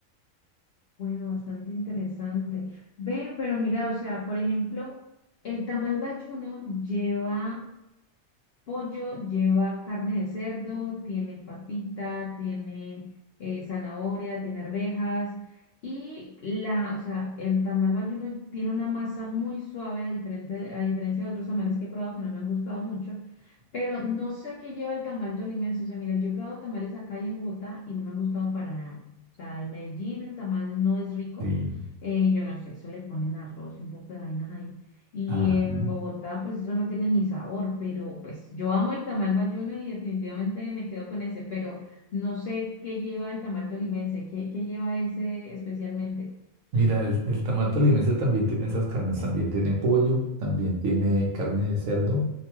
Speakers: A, on the left (about 65°); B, on the right (about 65°).
A: Bueno, bastante interesante. Ve, pero mira, o sea, por ejemplo, el tamal bayuno lleva pollo, lleva carne de cerdo, tiene papita, tiene eh, zanahoria, tiene arvejas y la, o sea, el tamal bayuno tiene una masa muy suave a diferente, a diferencia de otros tamales que he probado que no me han gustado mucho, pero no sé qué lleva el tamal tolimense, o sea, mira, yo he probado tamales acá y en Bogotá y no me han gustado para nada. O sea, en Medellín el tamal no es rico.
B: Sí.
A: eh, yo no sé, eso le ponen arroz y un poco de vainas ahí. Y
B: Ah.
A: en Bogotá, pues eso no tiene ni sabor, pero pues yo amo el tamal bayuno y definitivamente me quedo con ese, pero no sé qué lleva el tamal tolimense, qué, qué lleva ese especialmente.
B: Mira, el, el tamal tolimense también tiene esas carnes, también tiene pollo, también tiene carne de cerdo